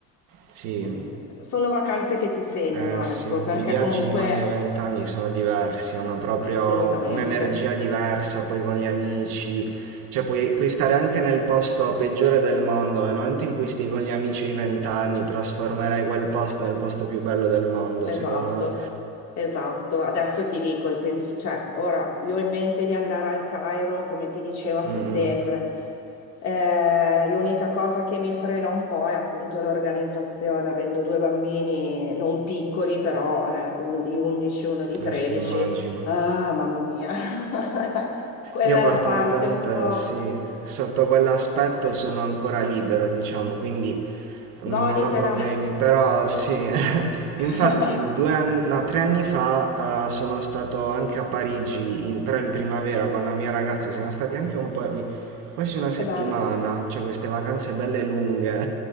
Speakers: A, on the right; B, on the left.
A: sì,
B: Mm. Sono vacanze che ti segnano,
A: Eh
B: ecco,
A: sì,
B: perché
A: i viaggi
B: comunque
A: di quando hai vent'anni sono diversi, hanno proprio
B: assolutamente,
A: un'energia diversa, poi con gli amici, cioè puoi, puoi stare anche nel posto peggiore del mondo, ma nel momento in cui stai con gli amici di vent'anni trasformerai quel posto nel posto più bello del mondo,
B: esatto,
A: secondo me.
B: esatto. Adesso ti dico il pensiero, cioè ora io ho in mente di andare al Cairo, come ti dicevo, a settembre.
A: Mm, mm,
B: Eh, l'unica cosa che mi frena un po' è appunto l'organizzazione, avendo due bambini non piccoli, però eh, uno di 11, uno di 13.
A: eh sì, immagino.
B: Ah, mamma mia, <laughs> quella
A: Io fortunatamente
B: è la parte un po'
A: sì, sotto quell'aspetto sono ancora libero, diciamo, quindi...
B: goditela.
A: Mm, Non ho problemi, però sì, <laughs>
B: <laughs>
A: infatti due anni, no, tre anni fa eh, sono stato anche a Parigi, in- però in primavera con la mia ragazza, siamo stati anche un po', mi- quasi una settimana,
B: Che bello.
A: cioè queste vacanze belle lunghe.